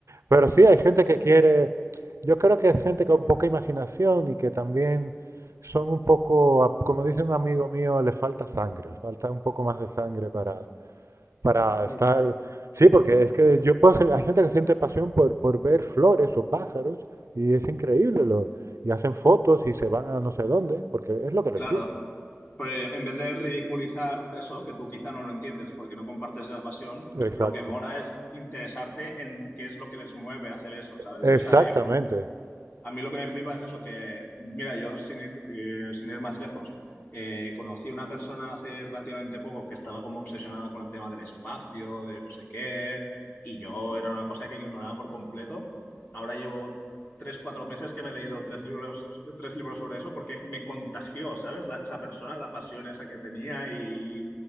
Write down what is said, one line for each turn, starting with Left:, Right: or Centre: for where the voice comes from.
Right: Pero sí, hay gente que quiere yo creo que es gente con poca imaginación y que también son un poco, a- como dice un amigo mío, les falta sangre, les falta un poco más de sangre para, para
Left: Sí,
Right: estar...
Left: sí.
Right: Sí, porque es que yo puedo ser- hay gente que siente pasión por, por ver flores o pájaros y es increíble. Lo, y hacen fotos y se van a no sé dónde porque es lo que les
Left: Claro,
Right: gusta.
Left: pues en vez de ridiculizar eso, que tú quizá no lo entiendes porque no compartes esa pasión,
Right: Exacto.
Left: lo que mola es interesarte en qué es lo que les mueve a hacer eso, ¿sabes?
Right: Exactamente.
Left: O sea, yo, por A mí lo que me flipa es eso, que, mira, yo sin ir, eh, sin ir más lejos, eh, conocí a una persona hace relativamente poco que estaba como obsesionada con el tema del espacio, de no sé qué, y yo era una cosa que ignoraba por completo. Ahora llevo tres, cuatro meses que me he leído tres libros, tres libros sobre eso porque me contagió, ¿sabes? La- esa persona, la pasión esa que tenía y